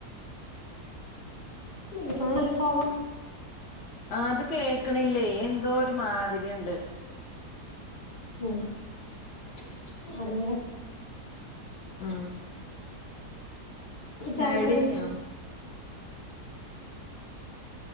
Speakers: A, on the left (about 65°); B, on the left (about 85°).
A: <unintelligible> നല്ല സൊ
B: ആഹ് അത് കേക്കണില്ലേ എന്തോ ഒരു മാതിരിയുണ്ട്-
A: ഓഹ് -
B: <inaudible>
A: അറിയില-
B: ആഹ് - ചായ
A: ചായക്കടിയൊക്കെ
B: കുടികയിഞ്ഞോ-